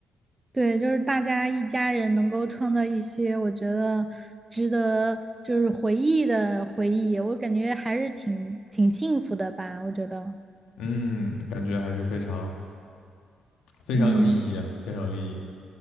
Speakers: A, on the right (about 20°); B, on the left (about 80°).
A: 对就是大家一家人能够创造一些我觉得值得就是回忆的回忆，我感觉还是挺挺幸福的吧。我觉得，
B: 嗯，感觉还是非常非常有意义啊，
A: 嗯，
B: 非常有意义。